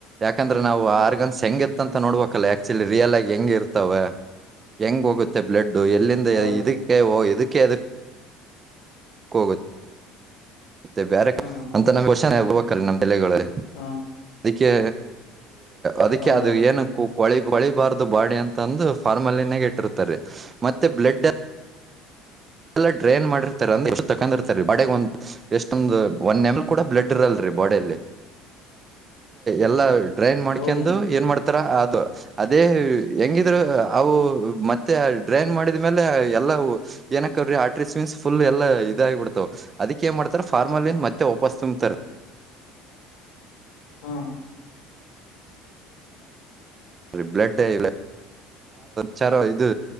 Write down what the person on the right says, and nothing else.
ಯಾಕಂದ್ರ ನವು ಆರ್ಗನ್ಸ್ ಹೆಂಗತ್ತ ಅಂತ ನೋಡ್ಬೇಕಲ್ಲ ಆಕ್ಚುಲಿ ರಿಯಲ್ ಆಗ ಹೆಂಗ ಹ ಇರ್ತಾವ ಹೆಂಗ್ ಹೋಗುತ್ತೆ ಬ್ಲಡ್ಡು ಎಲ್ಲಿಂದ
ಇದಕ್ಕೆ ಓ ಇದಕ್ಕೆ ಅದಕ್ಕೆ ಕೋಗ ಮತ್ತೆ ಬೇರೆ
ಅಂತ ನಮಗೆ ವಷನೆ ಹರ್ಬೇಕಲ್ಲ ನಮ್ಮ ತಲೆಗಳು ಅದಕ್ಕೆ
ಅದಕ್ಕೆ
ಅದು ಏನು ಕೊಳಿ ಪಳಿಬಾರ್ದು ಬಾಡಿ ಅಂತಂದು ಫಾರ್ಮಲಿನಾಗ ಇಟ್ಟಿರ್ತಾರೆ ಮತ್ತೆ ಬ್ಲಡ್ ಎಲ್ಲಾ ಡ್ರೈನ್ ಮಾಡಿರ್ತಾರೆ ಅಂದ್ರೆ ಎಷ್ಟು ತಕೊಂಡಿರ್ತಾರಿ ಬಡಗ್ ಒಂದ ಎಷ್ಟೊಂದಂದು ಒನ್ ನೆಮಲ್ ಕೂಡ ಬ್ಲಡ್ ಇರಲ್ರಿ ಬು ಎಲ್ಲ ಡ್ರೈ ಮಾಡ
ಮಾಡ್ ಅದು ಅದೇ ಹೆಂಗಿದ್ರು ಅವು ಮತ್ತೆ ಡ್ರೈನ್ ಮಾಡಿದ ಮೇಲೆ ಎಲ್ಲ ಏನಕ ಅವ್ರೀ ಆಟ್ರೀಮೀನ್ಸ್ ಫುಲ್ ಎಲ್ಲ ಇದಾಗಿಬಿಡ್ತಾವ ಅದಿ ಏನ್ ಮಾಡ್ತಾರ ಫಾರ್ಮಾಲನ್ ಮತ್ತೆ ವಪಾಸ್ ತುಂಬತರ್
ಅರಿ ಬ್ಲಡ್ ಇಲ್ಲ ಚ ಇದು